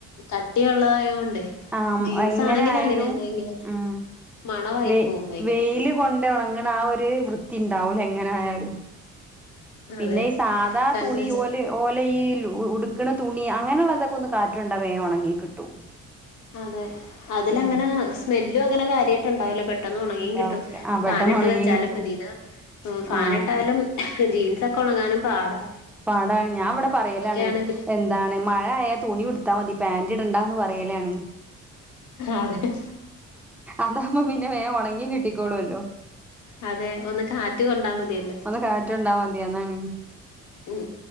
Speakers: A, on the left; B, in the centre.
A: കട്ടിയുള്ളതായോണ്ടേ
B: ആഹ്മ്
A: ജീൻസ്
B: എങ്ങനെ
A: ആണെങ്കിൽ
B: ആയാലും
A: അങ്ങനെ തന്നെ ഇങ്ങനെ
B: ഉം
A: മണവായി
B: വെ
A: പോവും ഭയങ്കര
B: വെയില് കൊണ്ട് ഒണങ്ങ്ണ ആ ഒരു വൃത്തി ഇണ്ടാവൂല എങ്ങനായാലും പിന്നെ
A: അതെ
B: ഈ സാധാ
A: കഴിഞ്ഞ
B: തുണി
A: ദിവസം
B: ഓല് ഓലെ ഈ ഉടുക്കണ തുണി അങ്ങനെയുള്ളതൊക്കെ ഒന്ന് കാറ്റൊണ്ടാ വേഗം ഉണങ്ങി കിട്ടും
A: അതെ അതിലങ്ങനെ
B: ഉം
A: സ്മെല്ലും അങ്ങനെ കാര്യായിട്ട് ഉണ്ടാവൂല പെ ട്ടെന്ന് ഉണങ്ങിയും
B: ഉണ്ടാവൂല
A: കിട്ടും
B: ആ
A: ഫാനിട്ട്
B: പെട്ടെന്ന് ഉണങ്ങി
A: വെച്ചാലും
B: കിട്ടും
A: മതി ഇത് ഫാനിട്ടാലും
B: ആഹ്
A: ജീൻസൊക്കെ ഉണങ്ങാനും പാടാ
B: പാടാണ് ഞാൻ ഇവിടെ
A: പുതപ്പൊക്കെ
B: പറയലാണ്
A: ആണെങ്കിലും
B: എന്താണ് മഴ ആയാ തുണി ഇടുത്താ മതി പാന്റ് ഇടണ്ടാന്ന് പറയലാണ്
A: അതെ
B: അതാകുമ്പ പിന്നെ വേം ഉണങ്ങി കിട്ടിക്കോളൂല്ലോ
A: അതെ ഒന്ന് കാറ്റ് കൊണ്ടാൽ മതിയല്ലോ
B: ഒന്ന് കാറ്റൊണ്ടാ മതിഒന്നൊണ
A: ഉം